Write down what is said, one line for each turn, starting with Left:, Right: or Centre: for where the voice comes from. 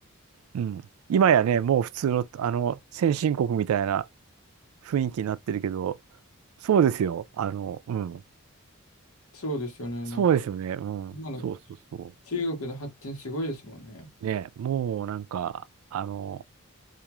Right: うん、今やね、もう普通の、あの先進国みたいな雰囲気になってるけど、そうですよ。あの、うん。
Left: そうですよね。
Right: そうですよね。
Left: なんか、
Right: うん。
Left: 今の
Right: そうそうそう。
Left: 中国の発展すごいですもんね。
Right: ね、もうなんか、あの、